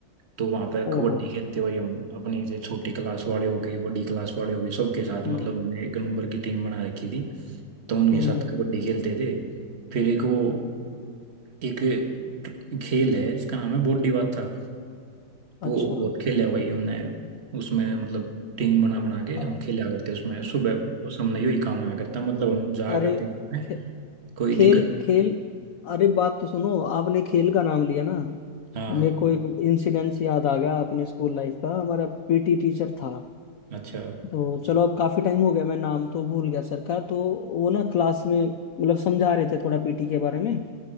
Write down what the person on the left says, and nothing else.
ओहो
हम्म
हम्म
हम्म
हम्म,
अच्छा
अ-
अरे
खे-
खेल
खेल अरे बात तो सुनो आपने खेल का नाम लिया ना
मेरे को एक इंसिडेंस याद आ गया अपने स्कूल लाइफ का हमारा पीटी टीचर था
तो चलो अब काफी टाइम हो गया मैं नाम तो भूल गया सर का तो वो ना क्लास में मतलब समझा रहे थे थोड़ा पीटी के बारे में